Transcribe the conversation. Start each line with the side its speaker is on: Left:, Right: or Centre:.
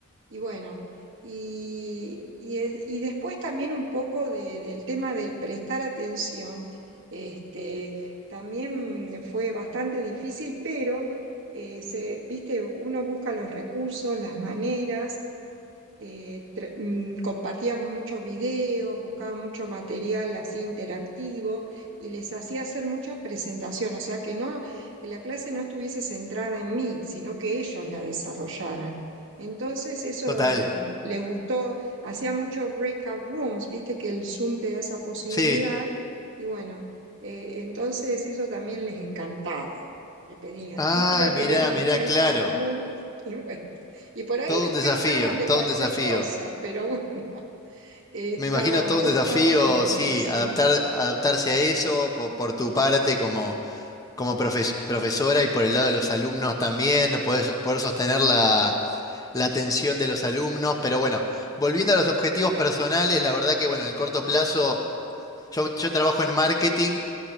Right: Y bueno. Y, y es- y después también un poco de- del tema del prestar atención. Este, también fue bastante difícil, pero eh, se, viste, uno busca los recursos, las maneras, eh, tra- mm, compartían muchos videos, buscaban mucho material así interactivo y les hacía hacer mucha presentación, o sea que no, que la clase no estuviese centrada en mí, sino que ellos la desarrollaran. Entonces eso,
Left: Total.
Right: bueno, les gustó, hacía mucho breakout rooms, viste que el Zoom te da esa posibilidad
Left: Sí.
Right: y bueno, eh, entonces eso también les encantaba. Le pedían,
Left: Ay,
Right: teacher,
Left: mirá,
Right: queremos
Left: mirá,
Right: breakout
Left: claro.
Right: rooms <laughs> y bueno. Y por ahí
Left: Todo
Right: después
Left: un desafío,
Right: hablaban de
Left: todo
Right: cualquier
Left: un desafío.
Right: cosa, pero bueno, <laughs> estaba,
Left: Me imagino todo
Right: estaba
Left: un desafío,
Right: bueno,
Left: sí,
Right: sí.
Left: adaptar, adaptarse a eso po- por, tu parte como, como profes- profesora y por el lado de los alumnos también, poder, so- poder sostener la, la atención de los alumnos. Pero bueno, volviendo a los objetivos personales, la verdad que bueno, en el corto plazo, yo, yo trabajo en marketing